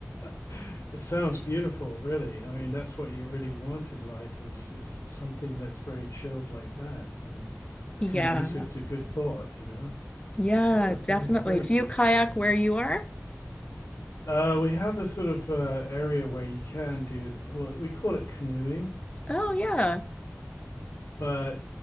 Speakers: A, on the left; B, on the left.
A: <sighs> it sounds beautiful, really. I mean, that's what you really want in life is is something that's very chilled like that and
B: Yeah.
A: conducive to good thought, you know?
B: Yeah,
A: Yeah, very,
B: definitely.
A: very
B: Do
A: peaceful.
B: you kayak where you are?
A: Uh, we have a sort of uh, area where you can do, well, we call it canoeing,
B: Oh, yeah.
A: but